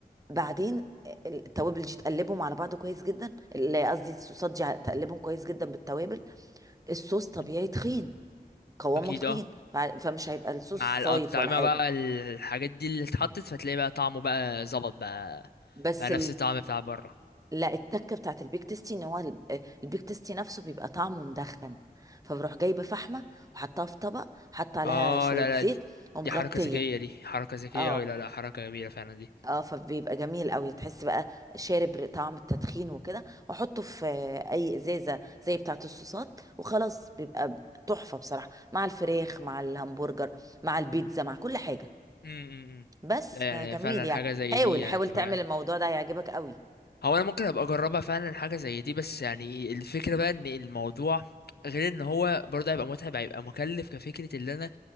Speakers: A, on the right; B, on the left.
A: بعدين التوابل دي تقلبهم على بعض كويس جدا ال- قصدي الصوصات دي تقلبهم كويس جدا بالتوابل الصوص طبيعي
B: مم.
A: تخين قوامه
B: اكيد
A: تخين
B: اه
A: ف... فمش هيبقى الصوص
B: مع الأطعمة
A: صايت ولا حاجه
B: بقى الحاجات دي اللي اتحطت فتلاقي بقى طعمه بقى ظبط بقى
A: بس
B: بقى نفس الطعم بتاع بره
A: لا التكه بتاعت البيك تيستي ان هو الب- البيك تيستي نفسه بيبقى طعمه مدخن فبروح جايبه فحمه وحطها في طبق حط عليها
B: اه
A: شويه
B: لا لا دي,
A: زيت ومغطيه
B: دي حركة ذكية دي حركة ذكية
A: اه
B: اوي لا لا حركة جميلة فعلا دي
A: اه فبيبقى جميل قوي تحس بقى شارب ر- طعم التدخين وكده واحطه في اي ازازه زي بتاعت الصوصات وخلاص بيبقى تحفه بصراحه مع الفراخ مع الهمبرجر مع البيتزا مع كل حاجه
B: امم
A: بس
B: لا
A: فجميل
B: يعني فعلا
A: يعني
B: حاجة زي
A: حاول
B: دي يعني
A: حاول
B: تبقى
A: تعمل الموضوع ده هيعجبك قوي
B: هو انا ممكن ابقى اجربها فعلا حاجة زي دي بس يعني إيه، الفكرة بقى ان الموضوع غير ان
A: مم.
B: هو برضه هيبقى متعب هيبقى مكلف كفكرة ان انا